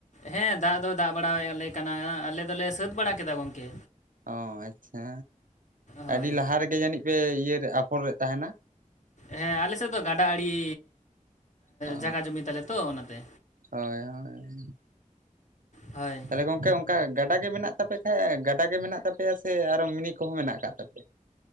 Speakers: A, on the left; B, on the right.
A: ᱦᱮᱸ ᱫᱟᱜ ᱫᱚ ᱫᱟᱜ ᱵᱟᱲᱟᱭᱟᱞᱮ ᱠᱟᱱᱟ ᱟᱞᱮ ᱫᱚᱞᱮ ᱥᱟᱹᱛ ᱵᱟᱲᱟ ᱠᱮᱫᱟ ᱜᱚᱝᱠᱮ
B: ᱚᱻ ᱟᱪᱪᱷᱟ
A: ᱦᱳᱭ
B: ᱟᱹᱰᱤ ᱞᱟᱦᱟ ᱨᱮᱜᱮ ᱡᱟᱹᱱᱤᱡ ᱯᱮ ᱤᱭᱟᱹ ᱟᱯᱷᱚᱨ ᱨᱮ ᱛᱟᱦᱮᱱᱟ
A: ᱦᱮᱸ ᱟᱞᱮᱥᱮᱫ ᱫᱚ ᱜᱟᱰᱟ ᱟᱲᱮ
B: ᱚ
A: ᱡᱟᱭᱜᱟ ᱡᱚᱢᱤ ᱛᱟᱞᱮ ᱛᱚ ᱚᱱᱟᱛᱮ
B: ᱦᱳᱭ ᱦᱳᱭ
A: ᱦᱳᱭ
B: ᱛᱟᱦᱚᱞᱮ ᱜᱚᱝᱠᱮ ᱚᱱᱠᱟ ᱜᱟᱰᱟ ᱜᱮ ᱢᱮᱱᱟᱜ ᱛᱟᱯᱮ ᱠᱷᱟᱡ ᱜᱟᱰᱟ ᱜᱮ ᱢᱮᱱᱟᱜ ᱛᱟᱯᱮᱭᱟ ᱥᱮ ᱟᱨᱚ ᱢᱤᱱᱤ ᱠᱚᱦᱚᱸ ᱢᱮᱱᱟᱜ ᱟᱠᱟᱫ ᱛᱟᱯᱮᱭᱟ